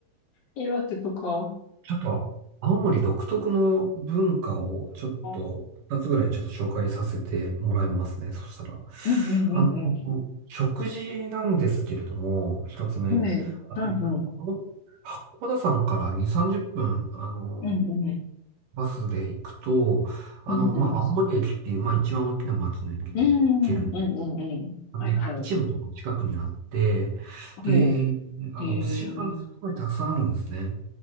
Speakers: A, on the left; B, on the right.
A: 岩手とか。
B: ちょっと、青森独特の文化をちょっと、
A: あー
B: 二つぐらいちょっと紹介させてもらいますね。そしたら。
A: うんうんうん
B: あの、食事なんですけれども、一つ目。
A: うんはい。
B: あ
A: うん。
B: の、八甲田山から2、30分、あの、
A: うんうん。
B: バスで行くと、あの、
A: うんうん。
B: まあ、
A: うんうん。
B: 青森駅っていう、まあ、一番大きな町の駅に行ける。
A: うんうんうん。
B: あの、
A: はいはい。
B: 市場とか近くにあって、
A: はい。
B: で、あの、
A: へえ。
B: お寿司屋さんすごいたくさんあるんですね。